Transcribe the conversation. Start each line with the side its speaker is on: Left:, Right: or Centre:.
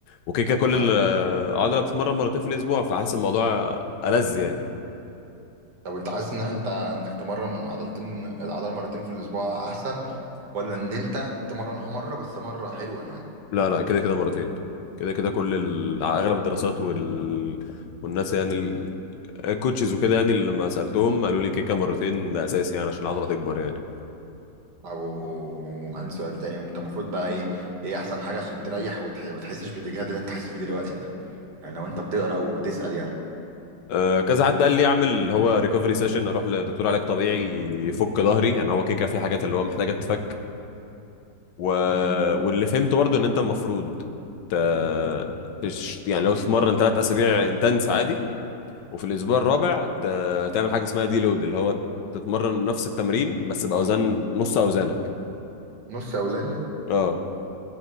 Left: وكده كده كل
Right: اه
Left: العضله بتتمرن مرتين في الاسبوع فحاسس الموضوع ألذ يعني
Right: طب انت حاسس ان احنا انت انك تمرن من عضلتين العضله مرتين في الاسبوع احسن ولا ان انت تمرنها مره بس مره حلوه يعني
Left: لا لا كده كده مرتين كده كده كل ال... على اغلب الدراسات وال... والناس يعني ال- الكوتشز وكده يعني اللي لما سالتهم قالوا لي كيكه مرتين ده اساسي يعني عشان العضله تكبر يعني
Right: او عندي سؤال تاني انت المفروض بقى ايه ايه احسن حاجه عشان تريح وتح... ما تحسش بالاجهاد اللي انت حاسس بيه دلوقتي ده يعني لو انت بتقرا وبتسال يعني
Left: أه كذا حد قال لي اعمل اللي هو ريكفري سيشن اروح لدكتور علاج طبيعي يفك ظهري يعني هو كيكه في حاجات اللي هو محتاجه تتفك و...
Right: امم
Left: واللي فهمته برضو ان انت المفروض ت... تش... يعني لو تتمرن ثلاث اسابيع انتنس عادي وفي الاسبوع الرابع ت... تعمل حاجه اسمها دي لود اللي هو تتمرن نفس التمرين بس باوزان نص اوزانك
Right: نص اوزاني
Left: اه